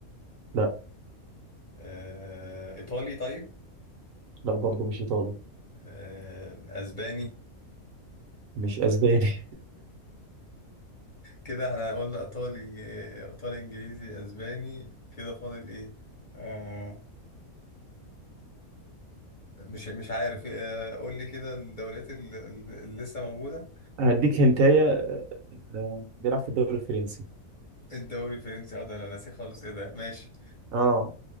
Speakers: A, on the right; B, on the left.
A: لا
B: آه، إيطالي طيب
A: لا برضه مش إيطالي
B: آه، أسباني
A: مش أسباني <laughs>
B: كده احنا قلنا إيطالي آه، إيطالي إنجليزي أسباني كده فاضل إيه؟ آه، مش مش عارف آه، قول لي كده الدوريات ال- ال- اللي لسه موجودة
A: هديك هنتاية آه بيلعب في الدوري الفرنسي
B: الدوري الفرنسي اه ده انا ناسي خالص ايه ده ماشي
A: اه